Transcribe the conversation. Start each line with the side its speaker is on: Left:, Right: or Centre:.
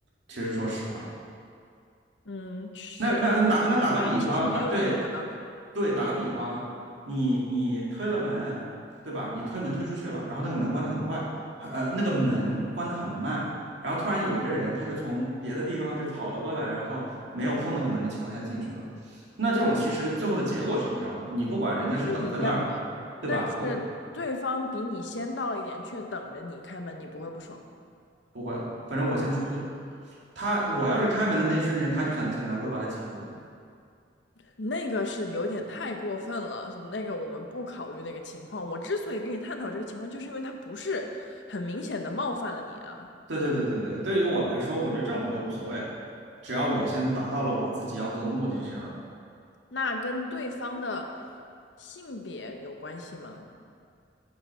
Right: 其实说实话，
Left: 嗯，是，
Right: 那那那打那打个比方，
Left: 确实，他其实没有影响到你，
Right: 打对对，打个比方，你你推了门，对吧？你推门推出去了，然后那个门关得很快，呃，那个门关得很慢，然后突然有一个人，他就从别的地方就跑了过来，然后没有碰那个门的情况下进去了。那这种其实最后的结果是一样的，你不管人家是等在那儿，
Left: 是一样的。
Right: 对吧？
Left: 但是对方比你先到了一点，
Right: 对吧？
Left: 却等着你开门，你不会不爽。
Right: 不会，反正我先出去。他我要是开门的那一瞬间，他就想进来，我会把他挤出去的。
Left: 那个是有点太过分了，那个我们不考虑那个情况。我之所以跟你探讨这个情况，就是因为他不是很明显的冒犯了你啊，
Right: 对对对对对，对于我来说，我觉得这种东西无所谓的，只要我先达到了我自己要做的目的就行了，
Left: 那跟对方的性别有关系吗？